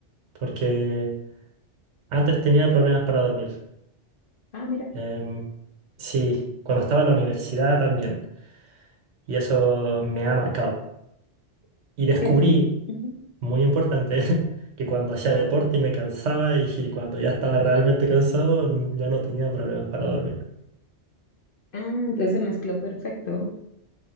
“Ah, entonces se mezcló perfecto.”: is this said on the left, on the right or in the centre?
Left